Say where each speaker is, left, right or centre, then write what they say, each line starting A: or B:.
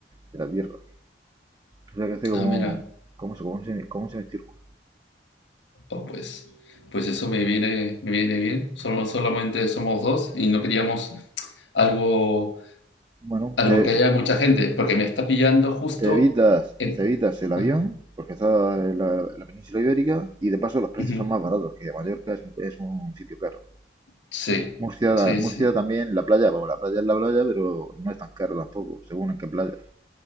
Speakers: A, on the right; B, on the left.
A: de la Tierra. O sea, que hace como,
B: Ah, mira.
A: como, eso, como un, semi- como un semicírculo.
B: Oh, pues, pues eso me viene, me viene bien. Solo, solamente somos dos y no queríamos algo,
A: Bueno,
B: algo
A: te,
B: que haya mucha gente, porque me está pillando justo
A: te evitas,
B: en...
A: te evitas
B: <laughs>
A: el avión,
B: Ajá,
A: porque está en la, en la península ibérica, y de paso los precios
B: Ujú.
A: son más baratos, que Mallorca es un, es un sitio caro.
B: Sí,
A: Murcia,
B: sí,
A: Murcia
B: sí.
A: también, la playa, bueno, la playa es la playa, pero no es tan cara tampoco, según en qué playa.